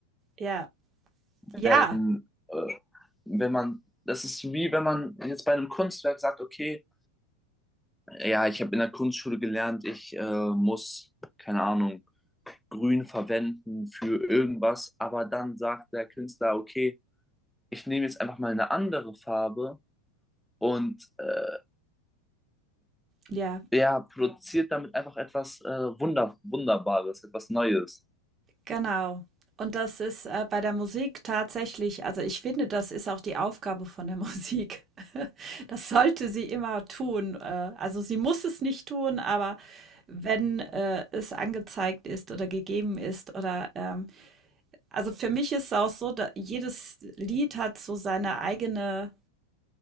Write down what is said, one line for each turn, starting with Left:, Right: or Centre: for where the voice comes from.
Right: Ja,
Centre: Wenn,
Right: ja,
Centre: äh, wenn man, das ist wie wenn man jetzt bei einem Kunstwerk sagt, okay, ja, ich habe in der Kunstschule gelernt, ich äh, muss, keine Ahnung, grün verwenden für irgendwas, aber dann sagt der Künstler, okay, ich nehme jetzt einfach mal eine andere Farbe und äh,
Right: ja.
Centre: ja, produziert damit einfach etwas äh, Wunder Wunderbares, etwas Neues.
Right: Genau. Und das ist, äh, bei der Musik tatsächlich also, ich finde, das ist auch die Aufgabe von der <laughs> Musik. <laughs> Das sollte sie immer tun. Äh, also, sie muss es nicht tun, aber wenn, äh, es angezeigt ist oder gegeben ist oder, ähm also, für mich ist es auch so, da jedes Lied hat so seine eigene